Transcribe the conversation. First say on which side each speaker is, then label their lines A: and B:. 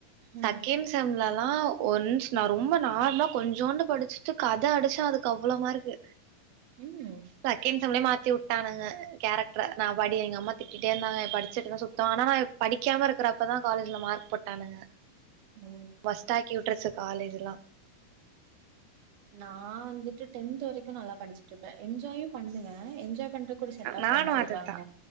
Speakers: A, on the right; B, on the right.
A: ம்
B: செகன் டேம்லலா ஒன்ஸ் நா ரொம்ப நார்மலா கொஞ்சோண்டு படிச்ட்டு கத அடிச்சே அதுக்கு அவ்ளோ மார்க்கு
A: ம்
B: செகண் செம்லே மாத்தி வுட் டானுங்க கேரக்டர நா படி எங்க அம்மா திட்டிட்டே இருந்தாங்க படிச்சிட்டுதா சுத்தோ ஆனா நா படிக்காம இருக்கறப்பதா காலேஜ்ல மார்க் போட்டானுங்க
A: ம்
B: வொஸ்ட் ஆக்கி வுட்டுருச்சி காலேஜ்லா
A: நா வந்துட்டு டென்த் வரைக்கு நல்லா படிச்சிட்ருப்பே என்ஜாயு பண்ணுவே என்ஜாய் பண்றக்கு ஒரு செட் ஆஃப்
B: நானு
A: ஃப்ரெண்ட்ஸ்
B: அதுதா
A: இருப்பாங்க